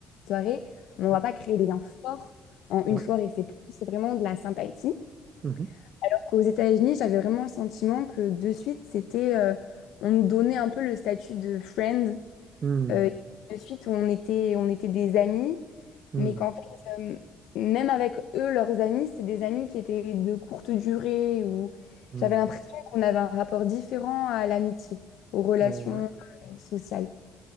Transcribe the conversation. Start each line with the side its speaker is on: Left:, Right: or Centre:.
Left: soirée, mais on
Right: ouais,
Left: va pas créer des liens forts en une
Right: ouais.
Left: soirée. C'est plus vraiment de la sympathie.
Right: mhm,
Left: Alors qu'aux États-Unis, j'avais vraiment le sentiment que de suite, c'était, euh, on nous donnait un peu le statut de friend.
Right: hmm,
Left: euh, de suite, on était, on était des amis
Right: hmm,
Left: mais qu'en fait, euh, même avec eux, leurs amis, c'était des amis qui étaient de courte durée, ou
Right: hmm,
Left: j'avais l'impression qu'on avait un rapport différent à l'amitié, aux relations
Right: ouais.
Left: euh, sociales.